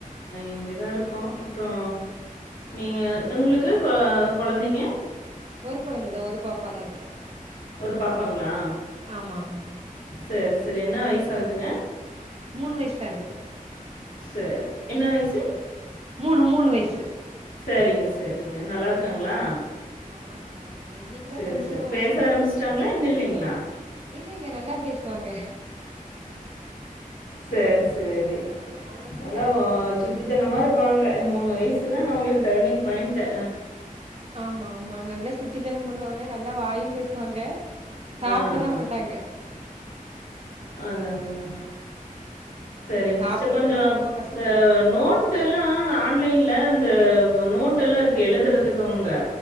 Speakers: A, on the left; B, on the right.
A: இங்கதா இருக்கோ அப்றோ நீங்க நுங்களுக்கு கொ கொழந்தைங்க
B: ஒரு கொழந்ததா ஒரு பாப்பாதா இருக்காங்க
A: ஒரு பாப்பாங்ளா
B: ஆமா ஆமா
A: செரி செரி என்ன வயசு ஆகுதுங்க
B: மூணு வயசு ஆகுது
A: செரி என்ன வயசு
B: மூணு மூணு வயசு
A: செரிங்க செரிங்க நல்லாருக்குங்ளா
B: ஆ நல்லா இருக்கறாங்க இன்னைக்குதா
A: செரி
B: கொஞ்சோ
A: செரி பேச ஆரம்பிச்சட்டாங்ளா இன்னு இல்லைங்ளா
B: இல்ல இல்ல நல்லா பேசுவாங்க ஆமா
A: செரி
B: ஆமா
A: செரி
B: அது வந்து
A: நல்லா <unintelligible> சுட்டிதனமாருப்பாங்க இந்த மூணு வயசு தான அவங்ளுக்கு டர்னிங் பாய்ண்ட்டு
B: ஆமா ஆமா நல்லா சுட்டிதனம் பண்ணுவாங்க நல்லா வாயும் பேசுவாங்க சாப்டதா
A: ஆ ஆ
B: மாட்டாங்க
A: அதான் அதான்
B: ம்
A: செரிங்க
B: சாப்டறதுக்கு
A: சிஸ்டர் கொஞ்சம்
B: தா ரொம்ப கஷ்டப்படு
A: இந்த நோட் டுல்லாம் ஆன்லைன்ல இந்த நோட்டேலாம் இருக்கு எழுதுறதுக்கு அவங்க